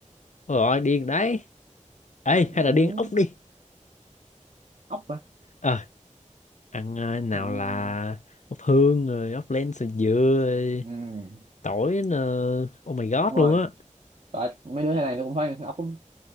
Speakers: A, on the left; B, on the right.
A: Ôi rồi điên đấy ê
B: ừ,
A: hay là điên ốc đi
B: ốc hả
A: Ờ, ăn ờ, nào
B: ừ,
A: là ốc hương rồi ốc len sườn dừa rồi
B: ừ,
A: tỏi nè. oh my god
B: đúng
A: luôn
B: rồi
A: á
B: tại mấy đứa Thái Lan nó cũng phải ăn ốc lắm.